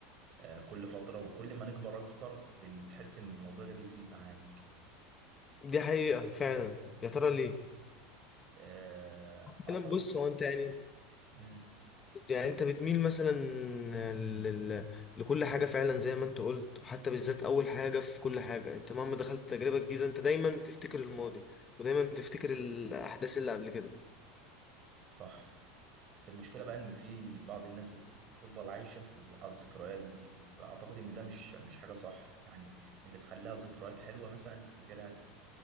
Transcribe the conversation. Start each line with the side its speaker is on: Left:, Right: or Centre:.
Right: آه، كل فترة وكل ما نكبر اكتر بنتحس ان الموضوع ده بيزيد معاك
Left: دي حقيقه فعلا
Right: أنت-
Left: يا ترى ليه
Right: آه، اعتقد
Left: فعلا بص هو انت يعني
Right: مم،
Left: يعني انت بتميل مثلا لل... لكل حاجة فعلا زي ما انت قلت وحتى بالذات اول حاجة في كل حاجة انت مهما دخلت تجربة جديدة انت دايما بتفتكر الماضي ودايما بتفتكر الاحداث اللي قبل كده
Right: صح بس المشكلة بقى إن في بعض الناس بت... بتفضل عايشة في الز- على الذكريات دي فأعتقد إن ده مش مش حاجة صح يعني أنت تخليها ذكريات حلوة مثلا تفتكرها ت...